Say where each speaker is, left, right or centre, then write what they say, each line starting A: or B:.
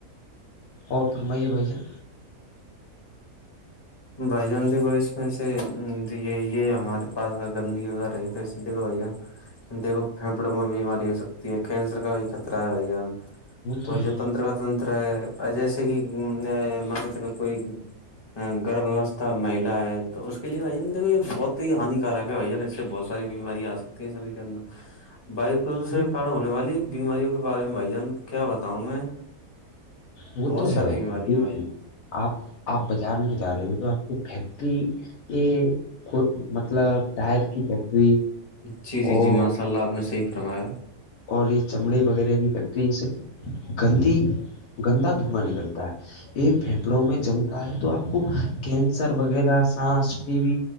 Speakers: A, on the left; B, on the left.
A: اور فرمائیے بھائی جان
B: بھائی جان دیکھو اس وسے یہ یہ ہمارے پاس گندگی وغیرہ رہی تو دیکھو بھائی جان دیکھو پھیپڑوں میں بیماری ہو سکتی ہے کینسر کا بھی خطرہ ہے بھائی جان
A: تو
B: وہ
A: ہے
B: جو تنتر کا تنتر ہے جیسے کہ م چلو کوئی گرھ ویوستھا مہیلا ہے تو اس کےے بھائی جان دیکو یہ بہت ہی ہانیکارک ہے بھائی جان اس سے بہت ساری بیماری آ سکتی ہیں سریر کے اندر وایو پردوشن
A: وہ
B: کے کار ہونے والی <unintelligible> بیماریوں کے بارے میں بھائی جان کیا بتاؤں میں
A: وہ
B: بہت
A: تو
B: ساری
A: ہے بھائی
B: بیماریاں
A: جان دیکھیے
B: بھائی جان
A: آپ آپ بازار میں جا رہے ہو تو آپ کو فیکٹری کے مطلب ٹائر کی فیکٹری
B: جی جی
A: اور
B: جی ماشاء اللہ آپ نے صحیح فرمایا
A: اور یہ چمڑے وغیرہ کی فیکٹری اس سے گندی گندا دھواں نکلتا ہے یہ پھیپڑوں میں جمتا ہے تو آپ کو کینسر وغیرہ سانس ٹی بی